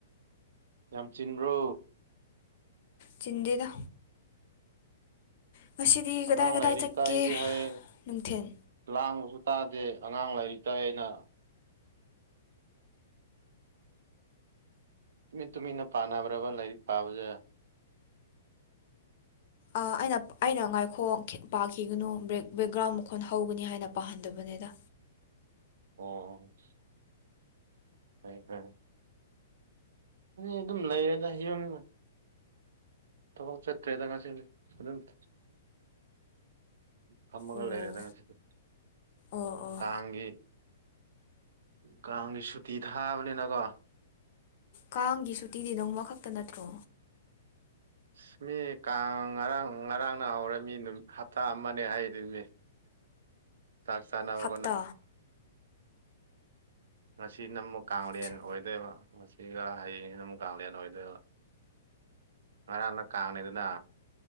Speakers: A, on the right; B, on the left.
A: ꯌꯥꯝ ꯆꯤꯟꯕ꯭ꯔꯣ
B: ꯆꯤꯟꯗꯦꯗ ꯉꯁꯤꯗꯤ
A: ꯑꯉꯥꯡ
B: ꯀꯗꯥꯏ ꯀꯗꯥꯏ
A: ꯂꯥꯏꯔꯤꯛ
B: ꯆꯠꯀꯦ
A: ꯇꯥꯛꯏꯗꯤ ꯍꯥꯏ
B: ꯅꯨꯡꯊꯤꯟ
A: ꯂꯥꯡꯕꯁꯨ ꯇꯥꯗꯦ ꯑꯉꯥꯡ ꯂꯥꯏꯔꯤꯛ ꯇꯥꯛꯏ ꯅ ꯇꯨꯃꯤꯠ ꯇꯨꯃꯤꯟꯅ ꯄꯥꯅꯕ꯭ꯔꯕ ꯂꯥꯏꯔꯤꯛ ꯄꯥꯕꯁꯦ
B: ꯑꯩꯅ ꯑꯩꯅ ꯉꯥꯏꯈꯣ ꯄꯥꯈꯤꯒꯅꯨ ꯕ꯭ꯔꯦꯛ ꯕꯦꯛꯒ꯭ꯔꯥꯎꯟ ꯃꯈꯣꯟ ꯍꯧꯒꯅꯤ ꯍꯥꯏꯅ ꯄꯥꯍꯟꯗꯕꯅꯤꯗ
A: ꯑꯣ ꯑꯩꯗꯤ ꯑꯗꯨꯝ ꯂꯩꯔꯦꯗ ꯌꯨꯝ ꯊꯕꯥꯛ ꯆꯠꯇ꯭ꯔꯦꯗ ꯉꯁꯤꯗꯤ ꯑꯗꯨꯝ ꯐꯝꯃꯒ
B: ꯑꯣ
A: ꯂꯩꯔꯦꯗ ꯉꯁꯤꯗꯤ
B: ꯑꯣ ꯑꯣ
A: ꯀꯥꯡꯒꯤ ꯀꯥꯡꯒꯤ ꯁꯨꯇꯤ ꯊꯥꯕꯅꯤꯅꯀꯣ
B: ꯀꯥꯡꯒꯤ ꯁꯨꯇꯤꯗꯤ ꯅꯣꯡꯃ ꯈꯛꯇ ꯅꯠꯇ꯭ꯔꯣ
A: ꯑꯁ ꯃꯤ ꯀꯥꯡ ꯉꯔꯥꯡ ꯉꯔꯥꯡꯅ ꯍꯧꯔꯝꯃꯤ ꯅꯨꯃꯤꯠ ꯍꯞꯇꯥ ꯑꯃꯅꯦ ꯍꯥꯏꯗꯨꯗꯤ ꯆꯥꯛ ꯆꯥꯅꯕ
B: ꯍꯞꯇꯥ
A: ꯉꯁꯤꯅ ꯃꯨꯛ ꯀꯥꯡꯂꯦꯟ
B: ꯑꯆꯥ
A: ꯑꯣꯏꯗꯣꯏꯕ ꯉꯁꯤꯒ ꯍꯌꯦꯡꯅ ꯑꯃꯨꯛ ꯀꯂꯦꯟ ꯑꯣꯏꯗꯨꯏꯕ ꯉꯔꯥꯡꯅ ꯀꯥꯡꯅꯤꯗꯅ